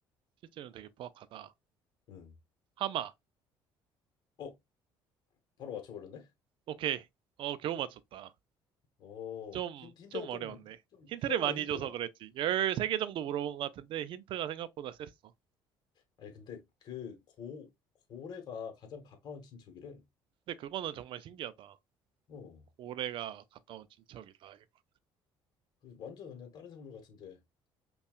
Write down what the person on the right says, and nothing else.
실제로는 되게 포악하다.
하마.
오케이. 어, 겨우 맞췄다.
좀,
좀
어려웠네.
힌트를
많이
줘서 그랬지. 13개 정도 물어본 것 같은데 힌트가 생각보다 셌어.
근데 그거는 정말 신기하다.
고래가 가까운 친척이다. 이거.